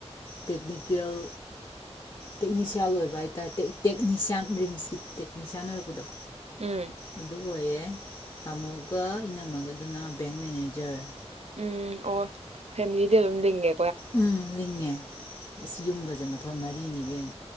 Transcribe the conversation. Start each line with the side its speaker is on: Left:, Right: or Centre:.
Left: ꯇꯦꯛꯅꯤꯀꯦꯜ ꯇꯦꯛꯅꯤꯁꯤꯌꯥꯟ ꯑꯣꯏꯕ ꯍꯥꯏꯇꯥꯔꯦ ꯇꯦꯛꯅꯤꯁꯤꯌꯥꯟ ꯔꯤꯝꯁꯀꯤ ꯇꯦꯛꯅꯤꯁꯤꯌꯥꯟ ꯑꯣꯏꯔꯛꯄꯗꯣ
Right: ꯎꯝ
Left: ꯑꯗꯨꯗꯣ ꯑꯣꯏꯌꯦ ꯇꯥꯃꯣꯒ ꯏꯅꯝꯃꯒꯗꯨꯅ ꯕꯦꯡ ꯃꯦꯅꯦꯖꯔ
Right: ꯎꯝ ꯑꯣ ꯐꯦꯃꯤꯂꯤꯗꯤ ꯑꯗꯨꯝ ꯂꯤꯡꯉꯦ
Left: ꯎꯝ ꯂꯤꯡꯉꯦ ꯑꯁ ꯌꯨꯝꯒꯁꯦ ꯃꯊꯣꯏ ꯃꯔꯤ ꯑꯩꯅꯤꯕꯦꯝ